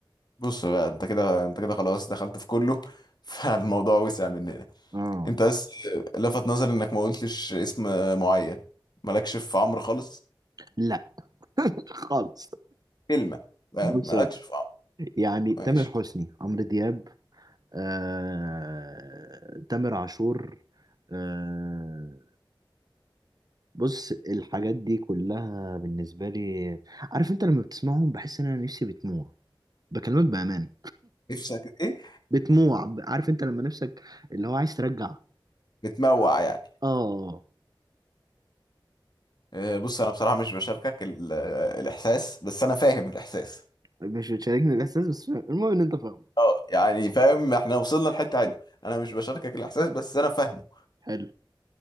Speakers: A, on the left (about 55°); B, on the right (about 45°).
A: بص بقى انت كده انت كده خلاص دخلت في كله <laughs> فالموضوع وسع مننا
B: اه
A: انت بس لفت نظري انك ما قلتش اسم معين مالكش في عمرو خالص
B: لا خالص
A: كلمه فاهم
B: بص
A: مالكش
B: بقى
A: في عمق
B: يعني تامر
A: ماشي
B: حسني عمرو دياب آه، تامر عاشور آه... بص الحاجات دي كلها بالنسبة لي عارف انت لما بتسمعهم بحس ان انا نفسي بتموع بكلمك بأمان
A: نفسك ايه
B: بتموع ب- عارف انت لما نفسك اللي هو عايز ترجع
A: بتموع يعني
B: اه
A: آه، بص انا بصراحه مش بشاركك ال- آه، الاحساس بس انا فاهم الاحساس
B: مش بتشاركني الاحساس بس فاهم. المهم ان انت فاهمه
A: اه يعني فاهم احنا وصلنا لحته حلوه انا مش بشاركك الاحساس بس انا فاهمه
B: حلو